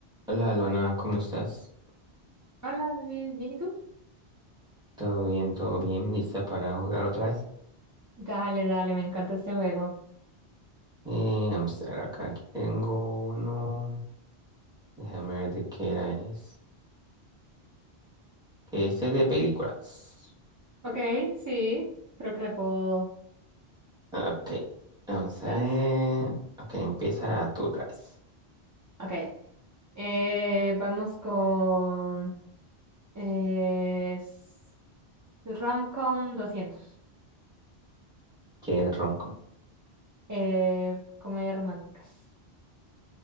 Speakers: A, in the centre; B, on the right (about 25°).
A: Hola, Luana, ¿cómo estás?
B: Hola David, ¿bien y tú?
A: ¿Todo bien? ¿Todo bien? ¿Lista para jugar otra vez?
B: Dale, dale, me encanta este juego.
A: Eh, vamos a ver acá, aquí tengo uno. Déjame ver de qué era este. Que es de películas.
B: Ok, sí, creo que le puedo
A: Ok, vamos a
B: dar.
A: ver. Ok, empieza tú otra vez.
B: Ok, eh, vamos con eh, s- Romcom 200,
A: ¿Qué es ronco?
B: eh, comedias románticas.